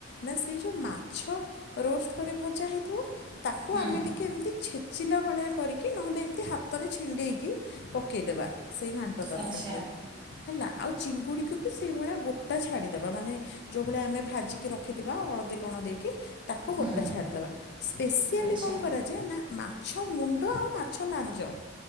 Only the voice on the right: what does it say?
ହୁଁ
ଆଚ୍ଛା
ହୁଁ
ଆଚ୍ଛା